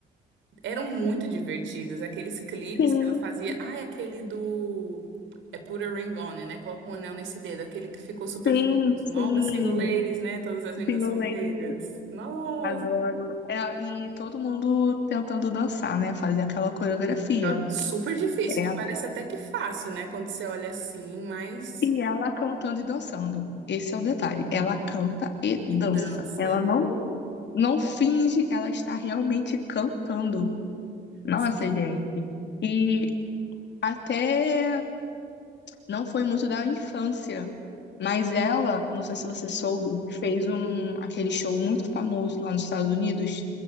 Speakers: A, on the right (about 70°); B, on the left (about 60°).
A: eram muito divertidas. Aqueles clipes
B: sim,
A: que ela fazia. Ah, é aquele do. É Put a Ring On It, né? Coloca um anel nesse dedo. Aquele que ficou super
B: sim,
A: famoso.
B: sim.
A: All the single ladies, né? Todas as meninas
B: Sim, eu
A: solteiras.
B: lembro.
A: Nossa.
B: Adoro. É, e todo mundo tentando dançar, né? Fazer aquela coreografia.
A: Ela- Super difícil,
B: É.
A: que parece até que fácil, né? Quando você olha assim, mas.
B: E ela cantando e dançando. Esse é o detalhe. Ela canta e
A: E
B: dança.
A: dança.
B: Ela não, não finge, ela está realmente cantando. Nossa,
A: Sim.
B: gente. E até não foi muito da infância, mas ela, não sei se
A: Uhum.
B: você soube, fez um aquele show muito famoso lá nos Estados Unidos,